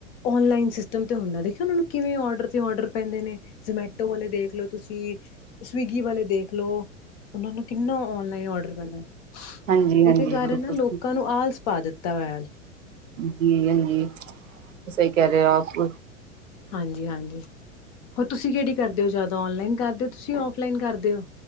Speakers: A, on the left; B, on the right.
A: ਔਨਲਾਈਨ ਮ ਤੇ ਹੁੰਦਾਖ ਉਹ ਨੂੰ ਕਿਵੇਂ ਔਡਰ ਤੇ ਔਡਰ ਪੈਂਦੇ ਨੇ ਜਮੈਟੋ ਵਾਲੇ ਦੇਖ ਲੋ ਤੁਸੀਂ ਸਵੀਗੀ ਵਾਲੇ ਦੇਖ ਲਓ ਉਹਨਾ ਨੂੰ ਕਿੰਨਾ ਆਨਲਾਈਨ ਔਡਰ ਪੈਂਦਾ
B: ਹਾਂਜੀ ਹਾਂਜੀ
A: ਇਹਦੇ ਕਾਰਨ
B: ਬਿਲਕੁਲ
A: ਨਾ ਲੋਕਾਂ ਆਲਸ ਪਾ ਦਿੱਤਾ ਹੋਇਆ
B: ਜੀ ਹਾਂਜੀ ਸਹੀ ਕਹਿ ਰਹੇ ਹੋ ਆਪ
A: ਹਾਂਜੀ ਹਾਂਜੀ ਹੋਰ ਤੁਸੀਂ ਕਿਹੜੀ ਕਰਦੇ ਹੋ ਜ਼ਿਆਦਾ ਔਨਲਾਈਨ ਕਰਦੇ ਹੋ ਤੁਸੀਂ ਫਲਾਈਨ ਕਰਦੇ ਹੋ